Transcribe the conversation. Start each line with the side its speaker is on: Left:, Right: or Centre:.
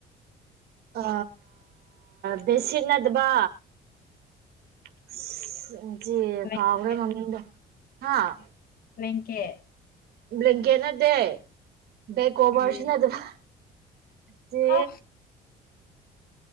Right: ꯑ ꯕꯦꯁꯤꯛ ꯅꯗꯕ <unintelligible>
Left: ꯕ꯭ꯂꯦꯡꯀꯦꯠ ꯔꯦꯡꯀꯦ
Right: ꯕ꯭ꯂꯦꯡꯀꯦꯠ ꯅꯠꯇꯦ ꯕꯦꯛ ꯀꯣꯕꯔꯁꯨ
Left: ꯀꯔꯤ
Right: ꯅꯠꯇꯕ ꯆꯦ
Left: ꯑ